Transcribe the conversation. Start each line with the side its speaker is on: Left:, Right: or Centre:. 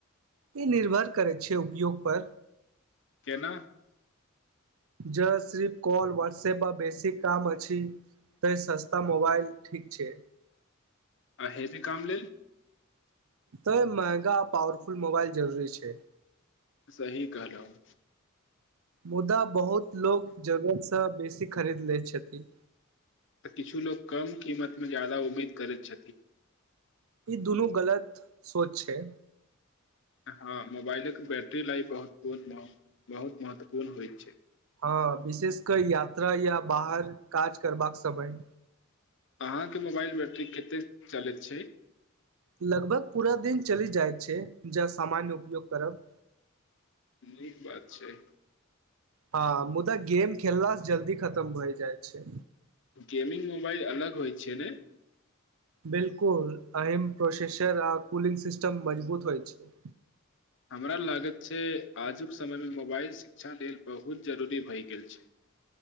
Right: ई निर्भर करै छै उपयोगपर
Left: केना
Right: ज सिर्फ कॉल व्हॉट्सऐप पर बेसिक काम अछि त सस्ता मोबाइल ठीक छै
Left: आ हेभी काम लेल
Right: त महंगा पावरफुल मोबाइल जरूरी छैय।
Left: सही कहलऊ ह
Right: मुदा बहुत लोक जरुरत सॅंं बेसी खरीद लै छथि।
Left: किछु लोक कम कीमतमे ज्यादा उम्मीद करैत छथि।
Right: ई दुनू गलत सोच छैय।
Left: हँ मोबाइलक बैटरी लाइफ बहुत ब बहुत महत्वपूर्ण होइत छैय।
Right: हँ विशेष क यात्रा या बाहर काज करबाक समय
Left: अहाँके मोबाइल बैटरी कतेक चलैत छैय।
Right: लगभग पूरा दिन चलि जाइ छैय ज सामान्य उपयोग करब
Left: नीक बात छैय
Right: हँ मुदा गेम खेलला जल्दी खतम होइ जाइ छैय
Left: गेमिंग मोबाइल अलग होइ छैय ने
Right: बिल्कुल अहिम प्रोसेसर आ कूलिंग सिस्टम मजबूत होइत छैय
Left: हमरा लागत छैय आजुक समयमे मोबाइल शिक्षा लेल बहुत जरूरी भए गेल छैय